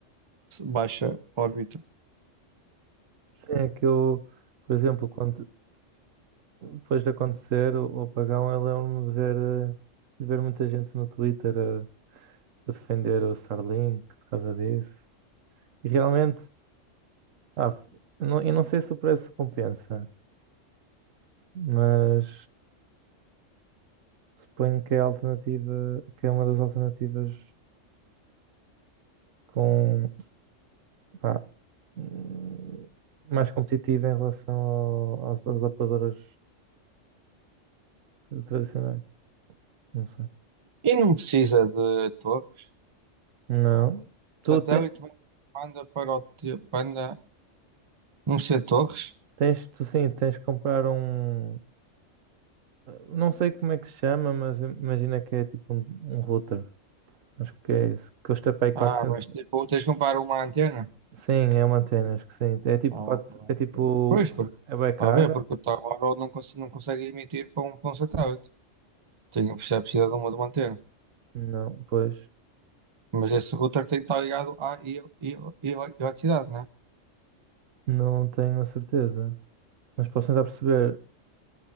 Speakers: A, on the right; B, on the right.
A: baixa órbita.
B: Sim, é que eu, por exemplo, quando, depois de acontecer o, o apagão, eu lembro-me de ver, eh, de ver muita gente no Twitter a, a defender o Starlink por causa disso. E realmente, ah, não, eu não sei se o preço compensa, mas suponho que é a alternativa, que é uma das alternativas com, pá, hum, mais competitiva em relação ao- às, às operadoras tradicionais. Não sei.
A: E não precisa de torres.
B: Não. Tu
A: O satélite
B: te-
A: manda para o teu, manda, não precisa de torres.
B: tens, tu sim, tens que comprar um. Não sei como é que se chama, mas imagina que é tipo um, um router. Acho que é isso. Custa para aí 400.
A: Ah, mas tipo, tens de comprar uma antena.
B: Sim, é uma antena, acho que sim. É tipo,
A: Ah,
B: quatro. é tipo.
A: pois, porque,
B: É bem
A: está
B: cara?
A: a ver, porque o telemóvel não, cons- não consegue emitir para um, para um satélite. Tem a precisa de uma de uma antena.
B: Não, pois.
A: Mas esse router tem que estar ligado à e- e- e- eletricidade, né?
B: Não tenho a certeza. Mas posso tentar perceber.